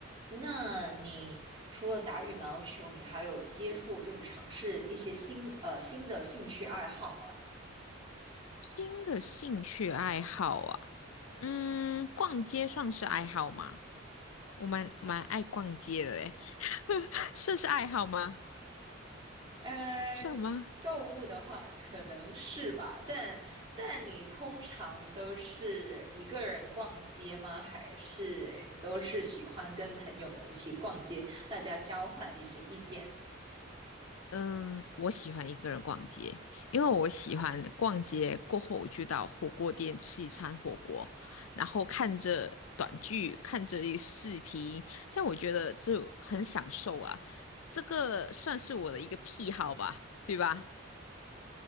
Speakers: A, on the right (about 25°); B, on the left (about 85°).
A: 那你除了打羽毛球，你还有接触就是尝试一些新呃新的兴趣爱好吗？
B: 新的兴趣爱好啊。嗯，逛街算是爱好吗？我蛮蛮爱逛街的诶，<laughs> 算是爱好吗？
A: 呃，
B: 算吗？
A: 购物的话可能是吧，但但你通常都是一个人逛街吗？还是你都是喜欢跟朋友们一起逛街，大家交换一些意见？
B: 嗯，我喜欢一个人逛街，因为我喜欢逛街过后，我就到火锅店吃一餐火锅，然后看着短剧，看着一视频，像我觉得就很享受啊，这个算是我的一个癖好吧，对吧？